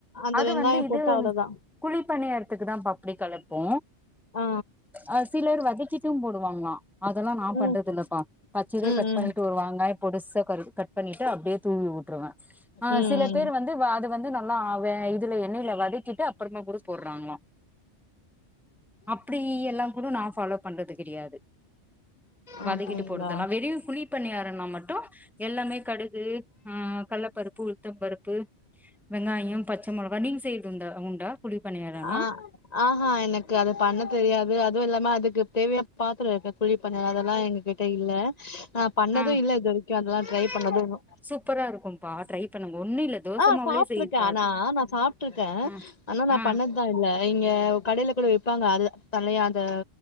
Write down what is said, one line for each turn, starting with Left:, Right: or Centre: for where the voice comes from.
Left: அந்த
Centre: அது
Left: வெங்காயோ
Centre: வந்து இது
Left: போட்டு அவ்ளோதா
Centre: குழி பணியறத்துக்கு தா பா அப்டி கலப்போ
Left: ஆ
Centre: அ சிலர் வதக்கிட்டும் போடுவாங்களா அதெல்லா நா
Left: ம்
Centre: பண்றது தில்லப்பா பச்சதே
Left: ம்
Centre: கட்
Left: ம்
Centre: பண்ணிட்டு
Left: ம்
Centre: ஒரு வாங்காயோ பொடுசா கரு கட் பண்ணிட்டு அப்டியே தூவி வுட்டுருவே ஆ
Left: ம்
Centre: சில பேர் வந்து அது வந்து நல்லா வ இதுல எண்ணெயில வதக் கிட்டு அப்பறமா கூட போறாங்களா அப்டி எல்லா கூட நா ஃபாலோ பண்றது கெடையாது வதக்கிட்டு
Left: அப்டிங்களா
Centre: போடுறதெல்லா வெரு குழி பணியாரம்னா மட்டு எல்லாமே கடுகு ஆ கடலப்பருப்பு உ ளுந்தம் பருப்பு வெங்காயம் பச்ச முளகா நீங்க செய்றது உண்டா உண்டா குழி பணியாரம்லா
Left: ஆ ஆஹா எனக்கு அது பண்ண தெரியாது அதுவு இல்லாம அதுக்கு தேவயான பாத்திரம் இருக்கு குழிப்பனையாரம் அதெல்லா எங்க கி ட்ட இல்ல நா பண்ணது
Centre: ஆ
Left: இல்ல இது வரைக்கு அதெல்லா ட்ரை பண்ணது நா
Centre: சூப்பரா இருக்கும்பா ட்ரை பண்ணுங்க ஒன்னு இல்ல தோச
Left: ஆ
Centre: மாவுலே
Left: சாப்ட்டுருக்கே
Centre: செய்றதா
Left: ஆனா
Centre: அது
Left: நா சாப்ட்டுருக்கே
Centre: ஆ
Left: ஆனா நா
Centre: ஆ
Left: பண்ணது தா இல்ல இங்க கடையில கூட விப்பாங்க அது தனியா அந்த